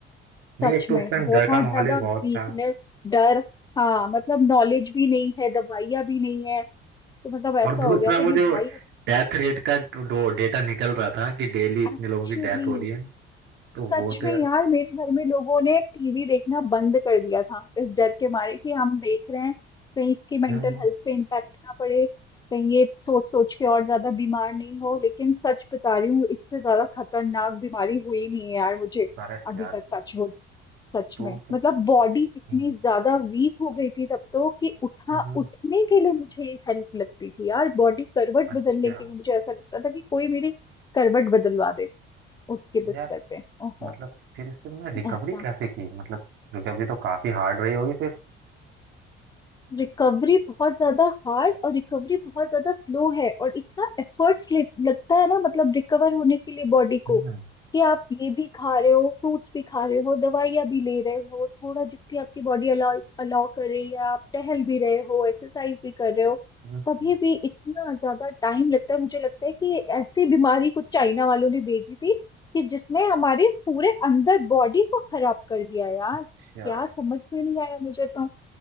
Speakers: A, on the right; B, on the left.
A: नहीं
B: सच
A: एक तो
B: में
A: उस टाइम
B: बहुत
A: डर का माहौल
B: ज्यादा
A: भी बहुत
B: वीकनेस
A: था
B: डर हाँ मतलब नॉलेज भी नहीं है दवाइयाँ भी नहीं है तो मतलब ऐसा
A: और
B: हो
A: दूसरा
B: गया था
A: वो
B: कि
A: जो
B: भाई
A: डेथ रेट का जो डेटा निकल रहा था कि डेली इतने
B: अब एक्चुअली
A: लोगों की डेथ हो रही है तो
B: सच
A: वो तो
B: में
A: यार
B: यार मेरे घर में लोगों ने टीवी देखना बंद कर दिया था इस डर के मारे कि हम देख रहे हैं कहीं इसकी मेंटल
A: हम्म
B: हेल्थ पे इम्पैक्ट ना पड़े कहीं ये सोच सोच के और ज्यादा बीमार नहीं हो लेकिन सच बता रही हूँ इससे ज्यादा खतरनाक बीमारी हुई नहीं है यार मुझे
A: करेक्ट
B: अभी
A: यार
B: तक टच हो सच
A: तो
B: में
A: मतलब
B: मतलब बॉडी इतनी
A: हम्म
B: ज्यादा वीक हो गई थी तब तो कि उठा
A: हम्म, हम्म,
B: उठने के लिए मुझे हेल्प लगती थी यार बॉडी करवट
A: अच्छा
B: बदलने के लिए मुझे ऐसा लगता था कि कोई मेरी करवट बदलवा दे उठ के
A: तो
B: बिस्तर
A: यार
B: पे ओहो
A: मतलब फिर इससे तुमने रिकवरी
B: ऐसा
A: कैसे की मतलब रिकवरी तो काफी हार्ड रही होगी फिर
B: रिकवरी बहुत ज्यादा हार्ड और रिकवरी बहुत ज्यादा स्लो है और इतना एफर्ट्स लगता है ना मतलब रिकवर होने के लिए बॉडी
A: हम्म
B: को कि आप ये भी खा रहे हो फ्रूट्स भी खा रहे हो दवाइयाँ भी ले रहे हो थोड़ा जितनी आपकी बॉडी अलाउ अलाउ कर रही है आप टहल भी रहे हो एक्सरसाइज भी कर रहे हो
A: हम्म,
B: तभी भी इतना ज्यादा टाइम लगता है मुझे लगता है कि ऐसी बीमारी कुछ चाइना वालों ने भेजी थी कि जिसने हमारे पूरे अंदर बॉडी को खराब कर दिया यार
A: अच्छा
B: क्या समझ में नहीं आया मुझे तो